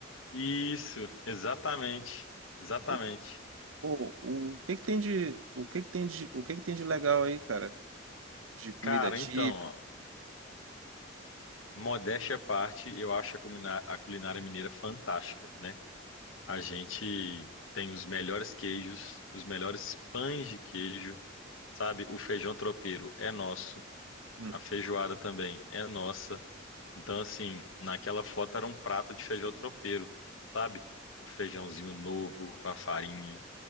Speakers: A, on the left; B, on the right.
A: Isso, exatamente. Exatamente.
B: O, que- pô, o que que tem de, o que que tem de, o que que tem de legal aí, cara? De comida
A: Cara,
B: típica?
A: então, ó, modéstia à parte, eu acho a culina- a culinária mineira fantástica, né? A gente tem os melhores queijos, os melhores pães de queijo, sabe? O feijão tropeiro é nosso,
B: Hum,
A: a feijoada também é nossa. Então, assim, naquela foto era um prato de feijão tropeiro, sabe? O feijãozinho novo com a farinha